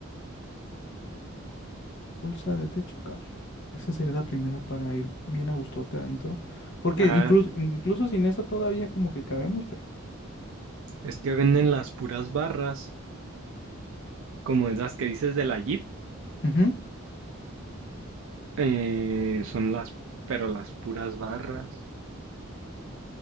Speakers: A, on the left; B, on the right.
A: Bolsa de techo, carro. Esa sería la primera para ir bien a gustote adentro. Porque
B: Ah,
A: incluso, incluso sin esa todavía como que cabemos, pero.
B: Es que venden las puras barras, como esas que dices de la Jeep.
A: Ujú.
B: eh, son las, pero las puras barras.